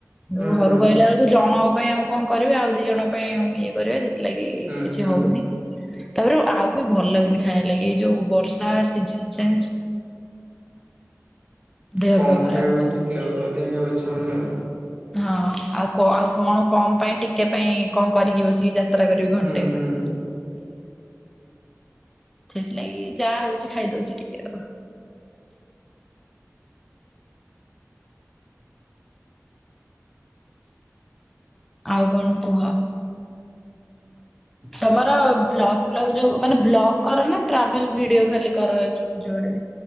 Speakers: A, in the centre; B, on the right.
A: ଯୋଉ
B: ହୁଁ
A: ଘରୁକୁ
B: ହୁଁ।
A: ଆଇଲା ବେଳକୁ ଜଣଙ୍କ ପାଇଁ ଆଉ କଣ କରିବେ ଆଉ ଦି ଜଣଙ୍କ ପାଇଁ ଆଉ ଇଏ କରିବେ ସେଥିଲାଗି
B: ହୁଁ
A: କିଛି
B: ହୁଁ
A: ହଉନି। ତାପରେ ଆଉ ବି ଭଲ ଲାଗୁନି ଖାଇବା ଲାଗି ଏ ଯୋଉ ବର୍ଷା ସିଜନ୍ ଚାଲିଛି। ଦେହ
B: କମ
A: ଫେହ ଖରାପ
B: ଖାଇବାକୁ
A: ହେଇଯିବ।
B: ପାଇଁ ଠିକ୍ ଲାଗୁଛି ଅଧିକ ଖାଇବାକୁ ଇଚ୍ଛା ହଉନି ଆଉ।
A: ହଁ ଆଉ କ-ଆଉ କଣ କମ ପାଇଁ ଟିକେ ପାଇଁ କଣ କରିକି ବସିକି ଯାତ୍ରା କରିବି ଘଣ୍ଟେ
B: ହୁଁ ହୁଁ।
A: ଉପରେ। ସେଥିଲାଗି ଯାହା ହଉଛି ଖାଇଦଉଛି ଟିକେ ଆଉ। ଆଉ କଣ କୁହ?
B: ହ
A: ତୋମର ବ୍ଲଗ୍ ଫ୍ଲଗ ଯୋଉ ମାନେ ବ୍ଲଗ୍ କରନା ଟ୍ରାଭେଲ୍ ଭିଡିଓ ଖାଲି କରାହଉଛୁ? ଜଣେ